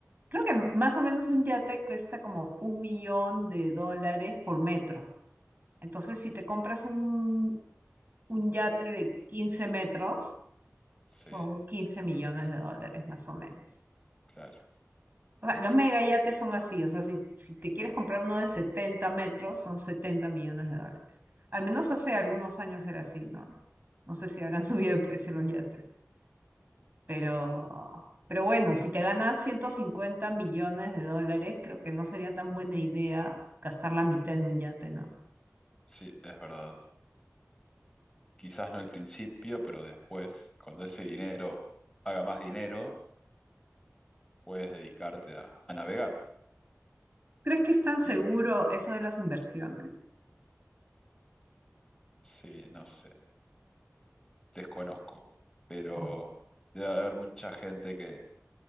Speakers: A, on the right; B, on the left.
A: Creo que más o menos un yate cuesta como un millón de dólares por metro. Entonces, si te compras un, un yate de 15 metros,
B: Sí,
A: son 15 millones de dólares más o menos.
B: claro.
A: O sea, los mega yates son así. O sea, si, si te quieres comprar uno de 70 metros, son 70 millones de dólares. Al menos hace algunos años era así, ¿no? No sé si habrán <laughs> subido de precio los yates. Pero, pero bueno, si te ganas 150 millones de dólares, creo que no sería tan buena idea gastar la mitad en un yate, ¿no?
B: Sí, es verdad. Quizás no al principio, pero después, cuando ese dinero haga más dinero, puedes dedicarte a, a navegar.
A: ¿Crees que es tan seguro
B: Y
A: eso de las inversiones?
B: sí, no sé, desconozco, pero
A: ¿O
B: debe haber mucha gente que